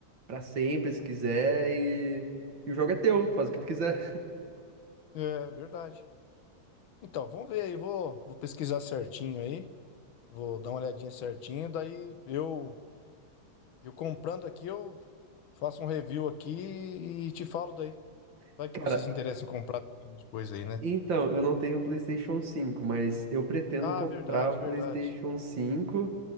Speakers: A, on the right (about 70°); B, on the left (about 85°).
A: pra sempre, se quiser, e... e o jogo é teu, tu faz o que tu quiser.
B: É verdade. Então, vamos ver aí, vou, vou pesquisar certinho aí, vou dar uma olhadinha certinho, daí eu, eu comprando aqui, eu faço um review aqui e te falo daí.
A: <laughs>
B: Vai que
A: Cara,
B: você se interessa em comprar depois aí, né?
A: então, eu não tenho o PlayStation cinco, mas eu pretendo
B: Ah,
A: comprar
B: verdade,
A: o
B: verdade.
A: PlayStation cinco